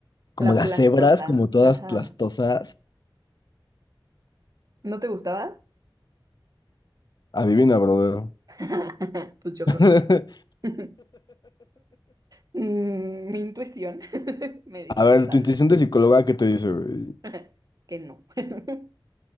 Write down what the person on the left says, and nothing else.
como
las
hebras, como todas
plastosas.
Adivina, brother.
<laughs>
A ver,
tu intuición
de psicóloga, ¿qué te dice, güey?